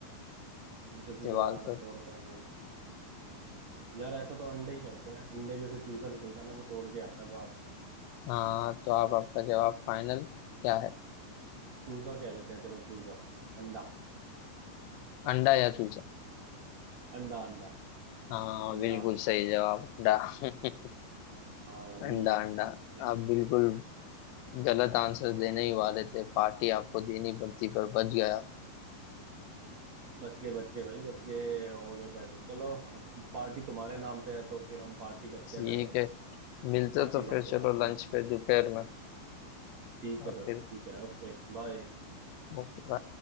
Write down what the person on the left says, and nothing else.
दीवार
पर
हाँ तो आप आपका जवाब फाइनल क्या है
अंडा या चूजा
हाँ
बिल्कुल सही जवाब अंडा <laughs>
अंडा अंडा
आप बिल्कुल गलत आंसर देने ही वाले थे पार्टी आपको देनी पड़ती पर बच गया
ठीक
है मिलते
तो
फिर चलो
लंच
पे दोपहर में
और
फिर
ओके